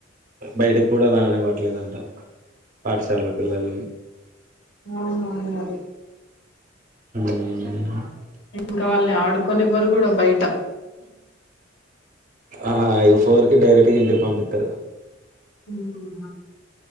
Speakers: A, on the right; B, on the left.
A: బయటకు కూడా రానివ్వట్లేదంట పాఠశాల పిల్లలని
B: అవునవును మరి
A: ఉమ్
B: ఏంకావాల్ని ఆడుకొని ఎవ్వరు కూడా బయట
A: ఆ ఇగ ఫోర్ కె డైరెక్ట్ ఇంటికి పంపిత్తరు
B: ఉమ్